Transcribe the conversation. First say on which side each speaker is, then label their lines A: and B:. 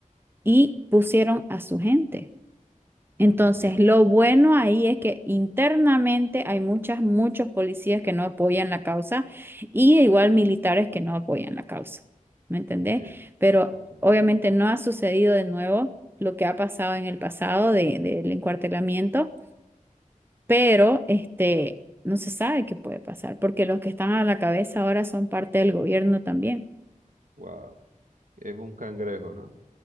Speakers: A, on the right; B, on the right.
A: Y pusieron a su gente. Entonces,
B: Entiendo,
A: lo bueno ahí es que internamente hay muchas, muchos policías que no apoyan la causa y igual militares que no apoyan la causa. ¿Me entendés?
B: entiendo.
A: Pero
B: Ok.
A: obviamente no ha sucedido de nuevo lo que ha pasado en el pasado de, del encuartelamiento, pero este, no se sabe qué puede pasar porque los que están a la cabeza ahora son parte del gobierno también.
B: Wow. Es un cangrejo, ¿no?